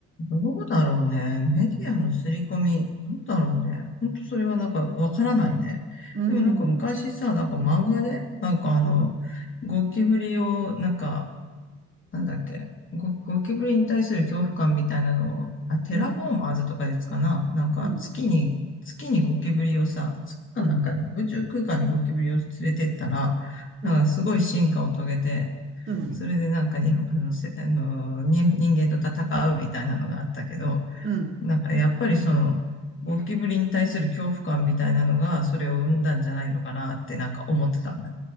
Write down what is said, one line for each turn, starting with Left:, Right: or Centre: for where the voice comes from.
Left: どうだろうね。メディアの刷り込み、どうだろうね。ほんとそれはなんかわからないね。
Right: うん、
Left: でもなんか昔さ、
Right: うん、
Left: なんか漫画で、なんかあの、
Right: うん、
Left: ゴキブリをなんかなんだっけ、ゴ、ゴキブリに対する恐怖感みたいなのを、あ、テラフォーマーズとかやつかななんか月に、
Right: うん、うん、
Left: 月にゴキブリをさ、月かなんかに、
Right: うん、
Left: 宇宙空間にゴキブリを連れてったら、
Right: う
Left: なんかすごい進化を遂げて、
Right: ん、
Left: それでなんかに、あの、せ、あの、に、人間と戦うみたいなのがあったけど、
Right: うん。
Left: なんかやっぱりその、ゴキブリに対する恐怖感みたいなのが、それを生んだんじゃないのかなってなんか思ってたんだよ。